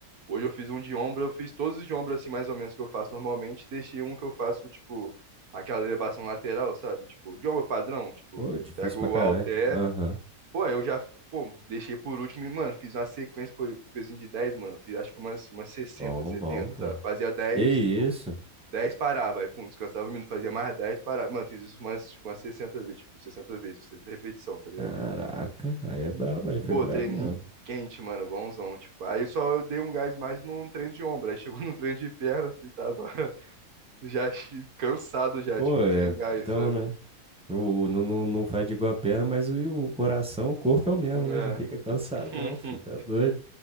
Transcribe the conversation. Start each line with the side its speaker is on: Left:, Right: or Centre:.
Right: hoje eu fiz um de ombro, eu fiz todos os de ombro assim, mais ou menos, que eu faço normalmente, deixei um que eu faço, tipo, aquela elevação lateral, sabe? Tipo, de ombro padrão, tipo,
Centre: Pô, difícil
Right: pego
Centre: pra caralho.
Right: o halter
Centre: Aham.
Right: Pô, eu já, pô, deixei por último e, mano, fiz uma sequência com com pezinho de 10 mano. Fiz acho que umas, umas sessenta
Centre: Bom,
Right: setenta
Centre: bom, bom.
Right: sabe? Fazia 10
Centre: Que isso?
Right: tipo, 10 parava, aí, pum, descansava um minuto, fazia mais 10 parava. Mano, fiz isso umas, tipo, umas 60 vezes, tipo, 60 vezes, 60 repetição, tá ligado?
Centre: Caraca, aí é brabo, aí foi
Right: Pô,
Centre: brabo
Right: treininho
Centre: mesmo.
Right: quente, mano, bonzão, tipo. Aí só eu dei um gás mais no treino de ombro, aí chegou <laughs> no treino de perna, e tava <laughs> já chi- cansado já,
Centre: Pô,
Right: tipo,
Centre: é,
Right: sem gás,
Centre: então,
Right: sabe?
Centre: né? O, não, não, não faz de igual a perna, mas o, o coração, o corpo é o mesmo,
Right: É.
Centre: né? Já fica cansadão,
Right: <laughs>
Centre: filho, tá doido.